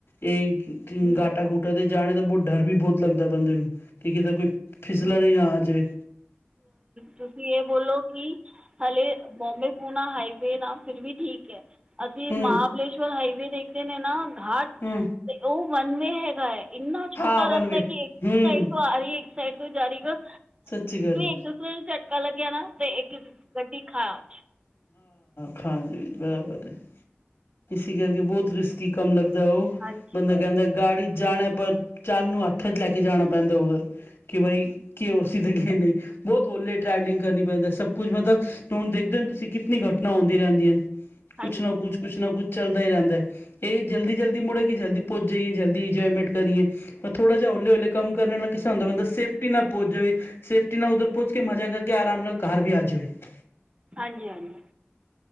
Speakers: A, on the left; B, on the right.
A: ਇਹ
B: ਹੂੰ
A: ਗਾਟਾ ਗੁਟਾ- ਜਾਣੇ ਦਾ ਬਹੁਤ ਡਰ ਵੀ ਬਹੁਤ ਲਗਦਾ ਬੰਦੇ ਨੂੰ ਕਿ ਕਿਤੇ ਕੋਈ ਫਿਸਲਾ ਨ ਨਾ ਆਜੇ-
B: ਤੁਸੀ ਇਹ ਬੋਲੋ ਕਿ ਹਾਲੇ ਬੋਂਮਬੇ ਪੂਣਾ ਹਾਈਵੇ ਨਾ ਫਿਰ ਵੀ- ਠੀਕ ਹੈ। ਅਸੀ
A: ਹੂੰ
B: ਮਹਾਗਲੇਸ਼ਰ ਹਾਈਵੇ ਦੇਖਦੇ ਨੇ ਨਾ ਘਾਟ-
A: ਹੂੰ
B: ਤੇ ਉਹ ਵਨ ਵਵੇ ਹੈਗਾ ਹੈ। ਇਨਾ
A: ਹਾਂ
B: ਛੋਟਾ
A: ਵਨ
B: ਰਸਤਾ
A: ਵੇ
B: ਕਿ ਇਕ
A: ਹੂੰ
B: ਸਾਈਡ ਤੋ ਆ ਰਹੀ- ਸਾਈਡ ਤੋਂ ਜਾਏ ਗਾ-
A: ਸਤਿ੍ ਸ਼੍ਰੀ ਅਕਾਲ।
B: ਦੂਸਰੇ ਦਿਨ ਝਟਕਾ ਲਗਿਆ ਨਾ ਤੇ ਇਕ ਗੱਡੀ ਖਾ-
A: ਖਾ <unintelligible> ਜ ਬਰਾਬਰ ਇਸ ਲਿਯੇ ਕਿ ਬੋਤ ਰਿਸਕੀ ਕਮ ਲਗਦਾ ਉ
B: ਹਾਂਜੀ
A: ਮੈਨੂ ਕਹਿਦਾ ਗਾੜੀ ਜਾਣਾ ਪਰ- ਚੰਦ ਨੂੰ ਹੱਥ ਚ ਲੈ ਕੇ ਜਾਨਾ ਪੈਂਦਾ ਹੋਵੇ- ਕਿ ਬਈ ਕਿ ਹੋ ਸੀ ਤੇ ਕਿ ਨਹੀ ਬੋਤ ਹੋਲੇ ਟਰੈਵਲਿੰਗ ਕਰਨੀ ਪੈਂਦੀ ਸਭ- ਕੁੱਝ ਮਤਲਬ ਹੁਣ ਦੇਖਦੇ ਹੋ ਨਾ ਤੁਸੀ ਕਿਤਨੀ ਘਟਨਾ ਹੋਂਦੀ ਰਹਿੰਦੀ ਅ ਕੁਛ
B: ਹਾਂਜੀ
A: ਨਾ ਕੁਛ- ਕੁਛ ਨਾ ਕੁਛ ਚਲਦਾ ਹੀ ਰੈਂਦਾ ਅ। ਇਹ ਜਲਦੀ- ਜਲਦੀ ਮੁੜੇ ਕਿ ਜਲਦੀ- ਪੋਚ ਜਾਈਏ ਜਲਦੀ ਇਨਜੋਯਮੇਟ ਕਰੀਏ ਪਰ ਥੋੜਾ ਜਾ ਹੋਲੇ- ਹੋਲੇੇ- ਕਮ ਕਰਨ ਵਾਲ ਕਿਸੇ ਹੁੰਦਾ ਸੇਫਟੀ ਨਾਲ ਪਹੁੰਚ ਜਾਵੇ ਸੇਫਟੀ ਨਾਲ ਉਧਰ ਪੋਂਚ ਕੇ ਮਜ਼ਾ ਕਰਕੇ ਆਰਾਮ ਨਾਲ ਕਾਰ ਵੀ ਆ ਜਾਵੇ- ਜਵੇ-
B: ਹਾਂਜੀ -ਹਾਂਜੀ